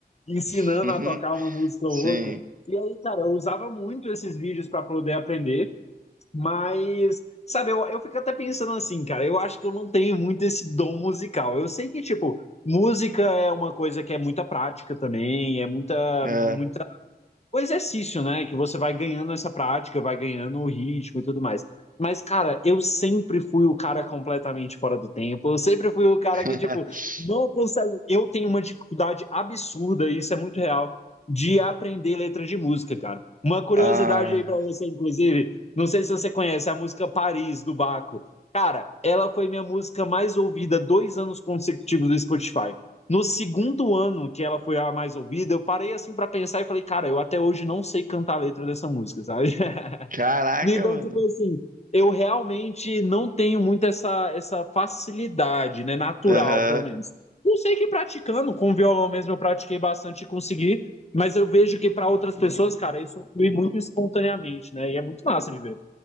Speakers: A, on the left; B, on the right.
A: ensinando
B: <laughs> Uhum.
A: a tocar uma música
B: Sim.
A: ou outra. E aí, cara, eu usava muito esses vídeos para poder aprender, mas, sabe, eu, eu fico até pensando assim, cara, eu acho que eu não tenho muito esse dom musical. Eu sei que, tipo, música é uma coisa que é muita prática também, é muita,
B: É.
A: muita o exercício, né? Que você vai ganhando essa prática, vai ganhando o ritmo e tudo mais. Mas, cara, eu sempre fui o cara completamente fora do tempo. Eu sempre fui o cara
B: <laughs>
A: que, tipo, não consegue. Eu tenho uma dificuldade absurda, e isso é muito real, de aprender letra de música, cara. Uma curiosidade
B: Ah,
A: aí pra você, inclusive. Não sei se você conhece a música Paris, do Baco. Cara, ela foi minha música mais ouvida dois anos consecutivos do Spotify. No segundo ano que ela foi a mais ouvida, eu parei assim para pensar e falei, cara, eu até hoje não sei cantar a letra dessa música, sabe? <laughs>
B: caraca,
A: então,
B: mano.
A: tipo assim, eu realmente não tenho muito essa, essa facilidade, né? Natural,
B: Aham.
A: pelo menos. Não sei que praticando, com violão mesmo eu pratiquei bastante e consegui, mas eu vejo que para outras pessoas, cara, isso flui muito espontaneamente, né? E é muito massa de ver.